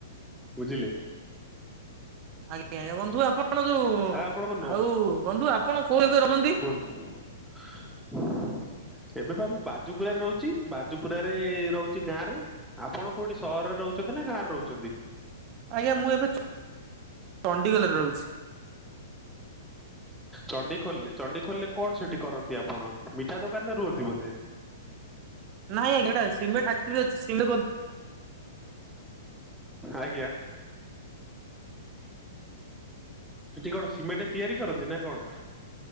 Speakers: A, in the centre; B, on the right.
A: ବୁଝିଲେ।
B: ଆଜ୍ଞା ଆଜ୍ଞା ବନ୍ଧୁ ଆପଣ ଯୋଉ
A: ଆଉ ଆପଣଙ୍କ ନ
B: ଆଉ ବନ୍ଧୁ ଆପଣ କୋଉ ଏବେ ରହନ୍ତି?
A: <inaudible> ଏବେ ବା ମୁଁ ବାଜୁପୁରରେ ରହୁଛି ବାଜୁପୁରାରେ ରହୁଛି ଗାଁ ରେ ଆପଣ କୋଉଠି ସହରରେ ରହୁଚନ୍ତି ନା ଗାଁରେ ରହୁଚନ୍ତି?
B: ଆଜ୍ଞା ମୁଁ ଏବେ ଚ ଚଣ୍ଡିଗଲରେ ରହୁଛି।
A: ଚଣ୍ଡିଖୋଲଲେ ଚଣ୍ଡିଖୋଲରେ କଣ ସେଠି କରନ୍ତି ଆପଣ? ମିଠା ଦୋକାନରେ ରୁହନ୍ତି ବୋଧେ?
B: ନାଇଁ ଆ ଏଟା ସିମେ ଫାକ୍ଟ୍ରି ରେ ଅଛି ସି <inaudible>
A: ଆଜ୍ଞା ସେଠି କଣ ସିମେଣ୍ଟ ତିଆରି କରନ୍ତି ନା କଣ?